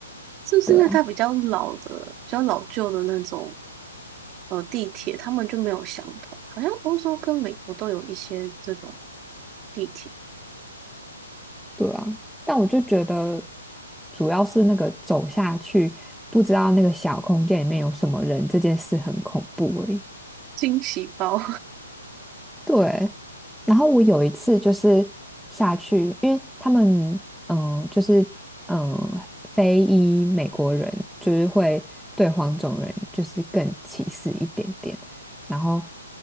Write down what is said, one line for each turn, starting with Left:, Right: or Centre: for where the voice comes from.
Right: 是不是因为它比较老的、
Centre: 对啊
Right: 比较老旧的那种呃地铁，他们就没有相同？好像欧洲跟美国都有一些这种地铁
Centre: 对啊，但我就觉得主要是那个走下去，不知道那个小空间里面有什么人，这件事很恐怖而已。
Right: 惊喜包，
Centre: 对，然后我有一次就是下去，因为他们嗯、呃就是嗯、呃非裔美国人就是会对黄种人就是更歧视一点点。然后